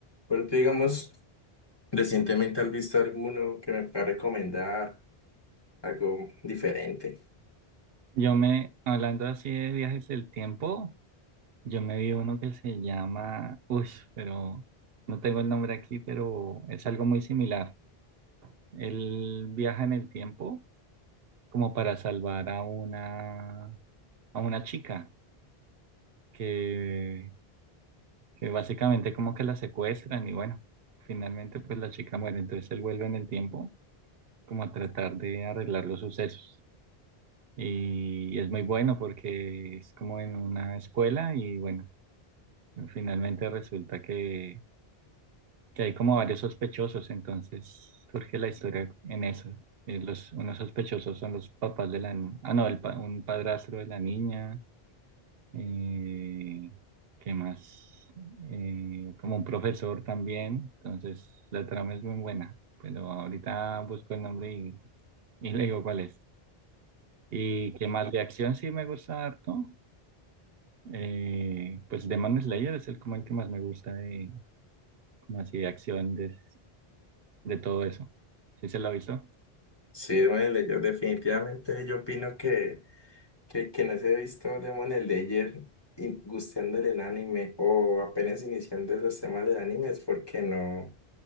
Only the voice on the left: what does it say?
Pero tú, digamos, recientemente has visto alguno que me pueda recomendar, algo diferente.
Sí, Demon Slayer, definitivamente yo opino que, que quienes he visto Demon Slayer y gustando del anime o apenas iniciando los temas del anime es porque no.